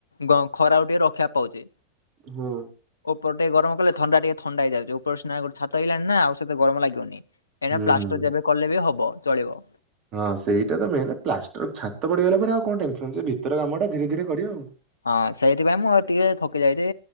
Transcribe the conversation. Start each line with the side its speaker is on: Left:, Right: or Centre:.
Left: ଗଁ ଖରାକୁ ଟିକେ ରଖିବା ପାଉଚି।
Right: ହୁଁ।
Left: ଉପର ଟେ ଗରମ କଲେ ଥଣ୍ଡା ଟିକେ ଥଣ୍ଡା ହେଇଯାଉଛି ଉପରେ ସିନା ଗୋ ଛାତ ହେଇଲାଣି ନା ଆଉ ସେତ ଗମ ଲାଗିବନି। ଏଇନା
Right: ହୁଁ
Left: ପ୍ଲାଷ୍ଟର୍
Right: ହୁଁ।
Left: ଯେବେ କଲେ ବି ହବ ଚଳିବ।
Right: ହଁ ସେଇଟା ତ ମେନ୍ ପ୍ଲାଷ୍ଟର୍ ଛାତ ପଡିଗଲା ପରେ ଆଉ କଣ ଟେନସନଛି ଭିତର କାମ ଟା ଧୀରେ ଧୀରେ କରିବ ଆଉ।
Left: ହଁ ସେଇଥିପାଇଁ ମୁଁ ଟିକେ ଥକି ଯାଇଚି